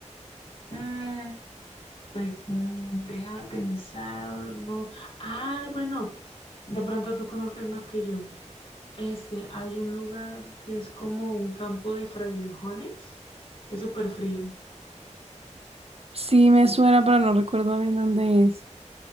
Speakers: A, on the left; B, on the right.
A: Mm, Pues mm, déjame pensarlo. Ah, bueno, de pronto tú conozcas más que yo. Este, hay un lugar que es como un campo de frailejones, que es súper frío.
B: Sí me suena, pero no recuerdo bien dónde es.